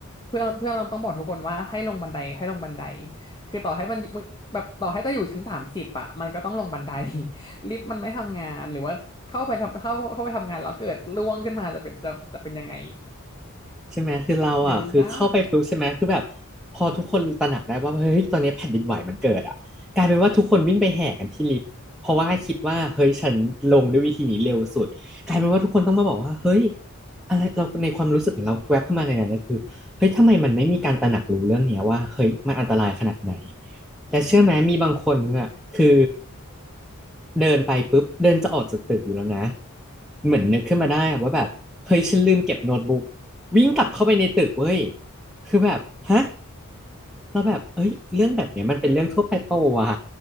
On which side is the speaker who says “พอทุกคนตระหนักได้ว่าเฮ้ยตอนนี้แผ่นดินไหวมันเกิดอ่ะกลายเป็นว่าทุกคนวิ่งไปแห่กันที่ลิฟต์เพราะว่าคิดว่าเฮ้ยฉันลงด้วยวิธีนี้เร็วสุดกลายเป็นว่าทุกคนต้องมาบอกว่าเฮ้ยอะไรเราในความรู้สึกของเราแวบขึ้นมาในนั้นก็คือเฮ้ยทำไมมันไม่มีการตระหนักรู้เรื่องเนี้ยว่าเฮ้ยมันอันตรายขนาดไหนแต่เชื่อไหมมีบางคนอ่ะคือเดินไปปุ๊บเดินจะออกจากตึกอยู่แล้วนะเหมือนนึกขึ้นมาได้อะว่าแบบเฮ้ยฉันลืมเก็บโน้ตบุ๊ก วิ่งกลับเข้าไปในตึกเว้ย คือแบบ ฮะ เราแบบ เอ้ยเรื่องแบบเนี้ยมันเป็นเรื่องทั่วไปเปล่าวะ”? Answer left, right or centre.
Centre